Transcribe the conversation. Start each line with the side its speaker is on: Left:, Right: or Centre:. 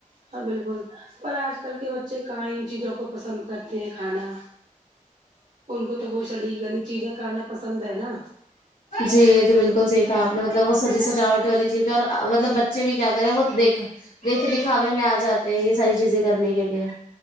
Right: ہاں بالکل پر آج کل کے بچے کہاں ان چیزوں کو پسند کرتے ہیں کھانا ان کو تو وہ شڑی گلی چیزیں کھانا پسند ہے نا
Left: جی یہ تو بالکل سہی کہا آپ نے مطلب وہ سجی س جاوٹ والی چیز ہے اور مطلب بچے بھی کیا کریں وہ دیکھ دیکھ دیکھ کاوے میں آ جاتے ہیں یہ ساری چیزیں کرنے کے لیے